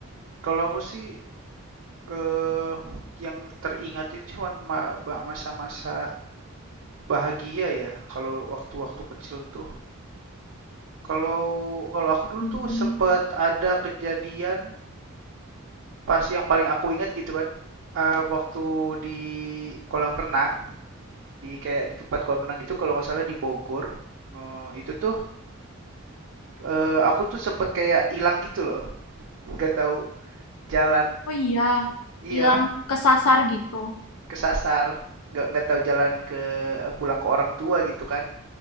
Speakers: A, on the right; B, on the left.
A: kalau aku sih eh yang teringat itu cuma ma- ba- masa-masa bahagia ya, kalau waktu-waktu kecil tuh. Kalau kalau aku dulu
B: Mhm.
A: tuh sempet ada kejadian pas yang paling aku ingat gitu kan, Eh waktu di kolam renang. di kayak di tempat kolam renang gitu kalau nggak salah di Bogor. Eh, itu tuh eh, aku tuh sempet kayak hilang gitu loh, nggak tahu jalan.
B: Oh iya,
A: Iya,
B: hilang kesasar gitu.
A: kesasar. Nggak nggak tahu jalan ke eh, pulang ke orang tua gitu kan.